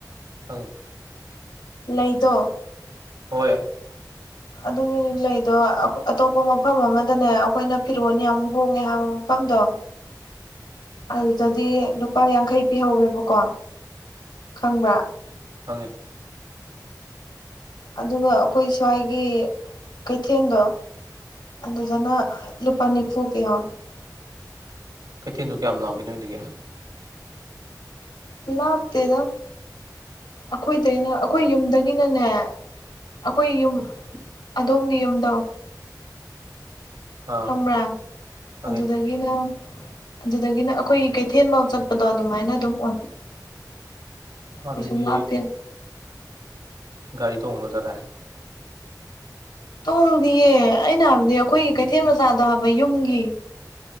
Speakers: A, on the right (about 70°); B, on the left (about 85°).
A: ꯈꯪꯉꯤ
B: ꯂꯩꯗꯣ <unintelligible>
A: ꯍꯣꯏ
B: ꯑꯗꯨꯒꯤ ꯂꯩꯗꯣ ꯑꯇꯣꯞꯄ ꯃꯐꯝ ꯑꯃꯗꯅꯦ ꯑꯈꯣꯏꯅ ꯐꯤꯔꯣꯜ ꯌꯥꯝ ꯍꯣꯡꯉꯦ ꯍꯥꯏꯕ ꯃꯐꯝꯗꯣ ꯑꯗꯨꯗꯗꯤ ꯂꯨꯄꯥ ꯌꯥꯡꯈꯩ ꯄꯤꯍꯧꯋꯦꯕꯀꯣ ꯈꯪꯕ꯭ꯔꯥ
A: ꯈꯪꯉꯦ
B: ꯑꯗꯨꯒ ꯑꯈꯣꯏ ꯁ꯭ꯋꯥꯏꯒꯤ ꯀꯩꯊꯦꯜꯗꯣ ꯑꯗꯨꯗꯅ ꯂꯨꯄꯥ ꯅꯤꯐꯨ ꯄꯤ <unintelligible>
A: ꯀꯩꯊꯦꯜꯗꯨ ꯀꯌꯥꯝ ꯂꯥꯞꯀꯦ ꯅꯣꯏꯗꯒꯤ
B: ꯂꯥꯞꯇꯦꯗ ꯑꯈꯣꯏꯗꯩꯅ ꯑꯈꯣꯏ ꯌꯨꯝꯗꯒꯤꯅꯅꯦ ꯑꯈꯣꯏ ꯌꯨꯝ ꯑꯗꯣꯝꯒꯤ ꯌꯨꯝꯗꯣ
A: ꯑꯥ
B: ꯈꯪꯕ꯭ꯔꯥ
A: ꯈꯪꯉꯦ
B: ꯑꯗꯨꯗꯒꯤꯅ ꯑꯗꯨꯗꯒꯤꯅ ꯑꯈꯣꯏꯒꯤ ꯀꯩꯊꯦꯜꯐꯧ ꯆꯠꯄꯗꯣ ꯑꯗꯨꯃꯥꯏꯅ ꯑꯗꯨꯝ ꯑꯣꯏ
A: ꯑꯗꯗꯤ
B: ꯀꯩꯁꯨꯝ ꯂꯥꯞꯇꯦ
A: ꯒꯥꯔꯤ ꯇꯣꯉꯒ ꯆꯠꯂꯦ
B: ꯇꯣꯡꯗꯤꯌꯦ ꯑꯩꯅ ꯍꯥꯏꯕꯗꯤ ꯑꯩꯈꯣꯏꯒꯤ ꯀꯩꯊꯦꯜ ꯃꯆꯥꯗꯣ ꯍꯥꯏꯕ ꯌꯨꯝꯒꯤ